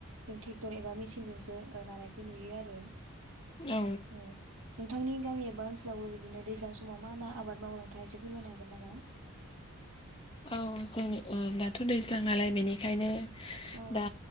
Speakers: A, on the right (about 70°); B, on the left (about 25°).
A: जों ट्रेक्टर एबा मेसिनजोंसो ओ नानायखौ नुयो आरो।
B: औ
A: ओं नोंथांनि गामि एबा ओनसोलावबो बिदिनो दैज्लां समाव मा मा आबाद मावो? थाङा एसे फोरमायनो हागोन नामा?
B: औ जोंनि ओ दाथ' दैज्लां नालाय बेनिखायनो
A: औ
B: दा